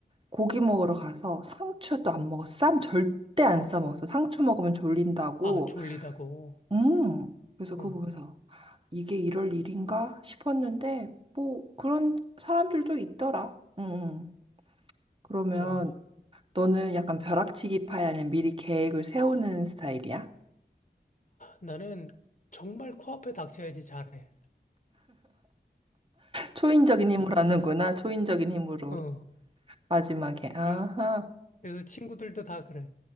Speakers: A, on the right; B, on the left.
A: 고기 먹으러 가서 상추도 안 먹었어. 쌈 절대 안 싸 먹었어. 상추 먹으면 졸린다고.
B: 아, 졸리다고.
A: 음. 그래서
B: 어,
A: 그거 보면서, 이게 이럴 일인가 싶었는데, 뭐 그런 사람들도 있더라. 응, 응. 그러면
B: 그래.
A: 너는 약간 벼락치기파야, 는니 미리 계획을 세우는 스타일이야?
B: 나는 정말 코앞에 닥쳐야지 잘해.
A: 초인적인 힘으로 하는구나. 초인적인 힘으로.
B: 어,
A: 마지막에. 아하.
B: 그래서, 그래서 친구들도 다 그래.